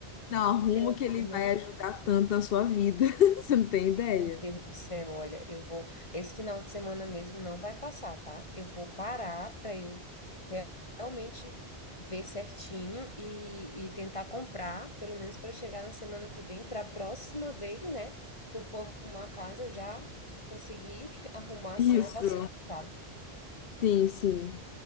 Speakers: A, on the left (about 65°); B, on the left (about 30°).
A: não arruma
B: Eu
A: que ele
B: ainda não
A: vai ajudar tanto na sua vida. <laughs> Você não tem ideia?
B: Meu Deus do céu, olha, eu vou. Esse final de semana mesmo não vai passar, tá? Eu vou parar para eu re- realmente ver certinho e, e tentar comprar, pelo menos para chegar na semana que vem, para a próxima vez, né? Que eu for arrumar a casa, eu já conseguir <laughs> arrumar
A: Isso.
B: sem a vassoura, sabe?
A: Sim, sim.